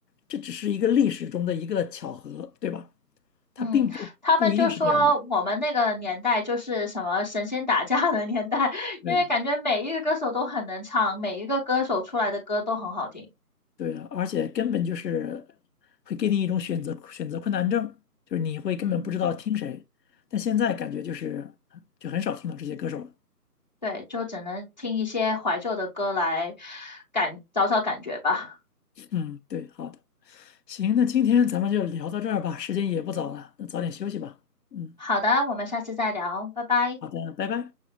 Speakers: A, on the left; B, on the left.
A: 这只是一个历史中的一个巧合，对吧？
B: 嗯，
A: 它并不不一定是这样的。
B: 他们就说我们那个年代就是什么神仙打架的年代，<laughs>
A: 对
B: 因为感觉每一个歌手都很能唱，每一个歌手出来的歌都很好听。
A: 对的，而且根本就是会给你一种选择选择困难症，就是你会根本不知道听谁。
B: 嗯，
A: 但现在感觉就是就很少听到这些歌手了。
B: 对，就只能听一些怀旧的歌来感找找感觉吧。
A: 嗯，对，好的，行，那今天咱们就聊到这儿吧，时间也不早了，那早点休息吧。嗯，
B: 好的，我们下次再聊，拜拜。
A: 好的，拜拜。